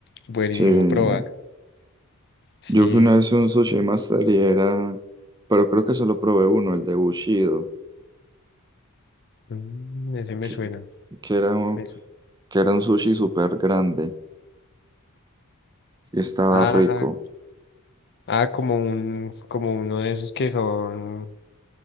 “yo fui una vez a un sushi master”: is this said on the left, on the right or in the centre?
Right